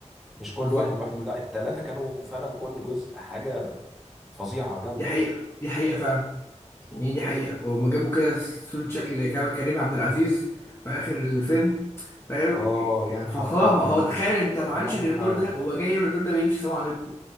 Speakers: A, in the centre; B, on the left.
A: مش كل
B: بالظبط
A: واحد لوحده لا التلاتة كانوا فعلا كل جزء حاجة فظيعة جامدة
B: دي حقيقة دي حقيقة فعلا ان هي دي حقيقة وهم جابوا كده صورة شكل كا- كريم عبد العزيز في آخر الفيلم فاهم
A: اه يا نهار
B: فخامة
A: ابيض
B: هو تخيل انت ما عملش
A: يا نهار
B: غير الدور ده هو جاي يعمل الدور ده بيمشي سلام عليكم